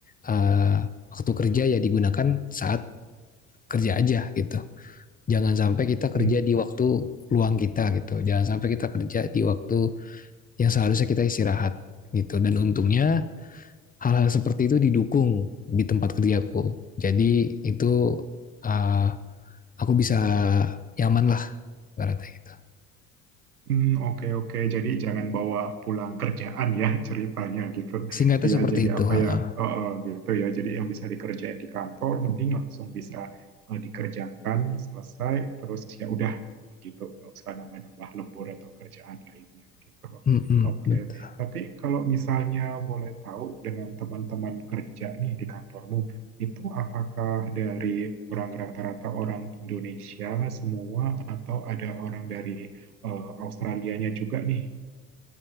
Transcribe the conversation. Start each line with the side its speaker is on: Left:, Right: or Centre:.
Left: uh, waktu kerja ya digunakan saat kerja aja gitu. Jangan sampai kita kerja
Right: Hmm.
Left: di waktu luang kita gitu. Jangan sampai kita kerja di waktu yang seharusnya kita istirahat gitu. Dan untungnya hal-hal seperti itu didukung di tempat kerjaku. Jadi itu uh, aku bisa nyaman lah ibaratnya gitu.
Right: Hmm, oke oke. Jadi jangan bawa pulang kerjaan ya <laughs> ceritanya gitu.
Left: Singkatnya
Right: Iya,
Left: seperti
Right: jadi
Left: itu.
Right: apa
Left: Uh,
Right: ya eh, eh, gitu ya. Jadi yang bisa dikerjain di kantor mending langsung bisa eh, dikerjakan selesai terus ya udah gitu. Gak usah nambah-nambah lembur atau kerjaan lainnya gitu.
Left: mm -mm,
Right: Oke.
Left: betul.
Right: Tapi kalau misalnya boleh tahu dengan teman-teman kerja nih di kantormu itu apakah dari orang rata-rata orang Indonesia semua atau ada orang dari eh, Australianya juga nih.